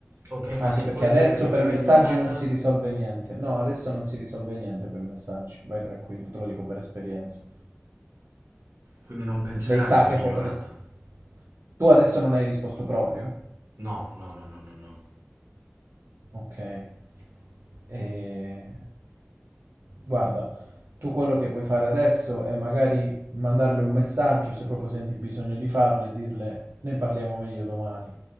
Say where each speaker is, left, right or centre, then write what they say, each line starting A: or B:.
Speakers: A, on the right (about 75°); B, on the right (about 55°).
A: Ok, ma
B: Anche
A: se
B: perché
A: poi
B: adesso
A: lei vede che
B: per
A: l'ho
B: messaggi
A: ignorata,
B: non si risolve niente. No, adesso non si risolve niente per messaggi. Vai tranquillo, te lo dico per esperienza.
A: quindi non penserà
B: Lei sa
A: che l'ho
B: che
A: ignorata.
B: potresti... Tu adesso non hai risposto proprio?
A: No, no, no, no, no, no.
B: Okay. Ehm, guarda, tu quello che puoi fare adesso è magari mandarle un messaggio, se proprio senti il bisogno di farlo, e dirle: "Ne parliamo meglio domani",